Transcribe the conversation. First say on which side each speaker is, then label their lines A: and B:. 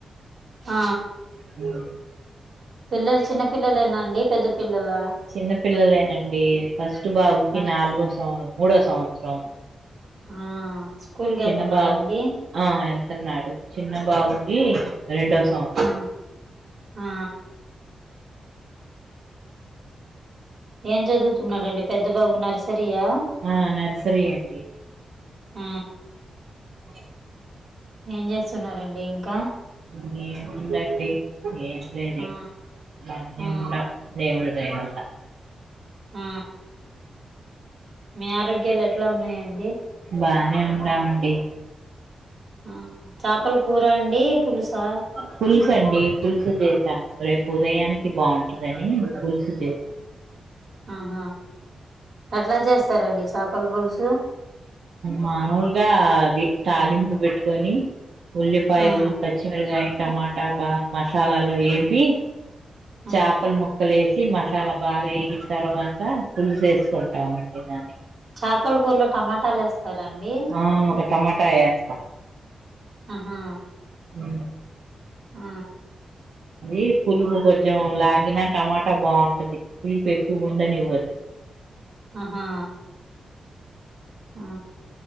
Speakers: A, on the right (about 50°); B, on the right (about 70°).
A: ఆ
B: ఉ
A: పిల్లలు చిన్న పిల్లలేనండి పెద్ద పిల్లలా
B: చిన్న పిల్లలేనండి ఫస్ట్ బాబుకి
A: మ-
B: నాలుగు వస్తు ఆ మూడో సంవత్సరం
A: ఆ స్కూల్ కి
B: చిన్న
A: వెళ్తున్నాడండి
B: బాబుకి ఆ ఎళ్తూన్నాడు చిన్న బాబుకి రెండో సంవ
A: అ ఆ ఏం చదువుతున్నాడండి పెద్ద బాబు నర్సరియా
B: ఆ నర్సరీ అండి
A: ఆ
B: అ
A: ఏం చేస్తున్నారండి ఇంకా
B: ఉం ఏమ్ముందండీ ఏమీలేదు
A: ఆ
B: ఇంక బానే
A: ఆ
B: ఉండ దేవుడి దయవల్ల
A: ఆ మీ ఆరోగ్యాలు ఎట్లా ఉన్నాయండి
B: బానే ఉన్నామండి
A: ఆ చాపల కూర అండి పులుసా
B: పులుసు అండి పులుసు చేసాము రేపు ఉదయానికి బాగుంటదని పులుసు చేసాం
A: ఆహ ఎట్లా చేస్తారండి చాపల పులుసు
B: మాములుగా అది తాలింపు పెట్టుకొని ఉల్లిపాయలు
A: ఆ
B: చిమిరకాయ టమాటా బాగ మసాలాలు యేంపి
A: ఆ
B: చేపలు ముక్క ముక్కలేసి మసాలా బాగా యేగిన తర్వాత పులుసేసుకుంటామండి దాన్ని
A: చేపల కూరలో టమాటాలు వేస్తారండి
B: ఆ ఒక టమాటా యేస్త
A: ఆహా
B: ఉమ్
A: ఆ
B: అది పులుపు కొంచెం లాగిన టమాటా బాగుంటది పులుపు ఎక్కువ ఉండనివ్వదు
A: ఆహా ఆ